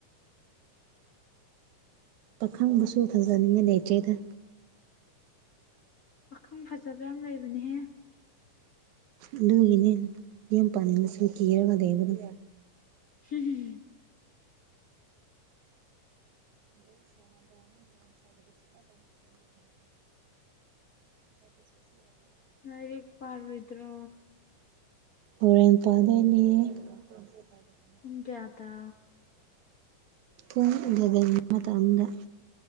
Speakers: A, on the right (about 70°); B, on the left (about 65°).
A: ꯄꯥꯈꯪꯕꯁꯨ ꯊꯖꯅꯤꯡꯉ ꯂꯩꯆꯦꯗ
B: ꯄꯥꯈꯪ ꯐꯖꯕ ꯌꯥꯝ ꯂꯩꯕꯅꯦꯍꯦ
A: ꯑꯗꯨꯒꯤꯅꯦ ꯌꯥꯝ ꯄꯥꯅꯤꯡꯅꯁꯨ ꯀꯤꯔꯒꯗꯩꯕꯗ
B: ꯍꯨꯝ ꯍꯨꯝ
A: ꯍꯨꯝꯃꯝꯝ ꯆꯁ
B: ꯂꯥꯏꯔꯦꯛ ꯄꯥꯔ ꯑꯣꯏꯗ꯭ꯔꯣ
A: ꯍꯣꯔꯦꯟ ꯄꯥꯗꯣꯏꯅꯦ ꯗ
B: ꯎ ꯀꯌꯥꯗ
A: ꯄꯨꯡ ꯎꯂꯒꯟ ꯃꯇꯝꯗ